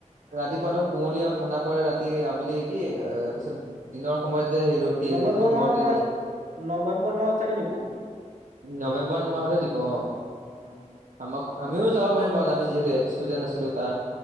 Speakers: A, on the right; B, on the right.
A: ৰাতিপুৱা ধৰক কুঁৱলী আৰু ঠাণ্ডা পৰে ৰাতি আবেলি কি এ তাৰপিছত দিনৰ সময়ত যে সেই ৰ'দ দিয়ে যে। সেইটো
B: নৱেম্বৰ
A: হওঁতে
B: মাহত মানে,
A: নিয়ে
B: নৱেম্বৰ মাহত চাগে নিবো।
A: নৱেম্বৰ মাহতে দিব অহ।
B: অ
A: আমাক আমিও যাব পাৰিম বাৰু আমি যিহেতু এস্কষ্টুডেণ্ট আছিলোঁ তাৰ।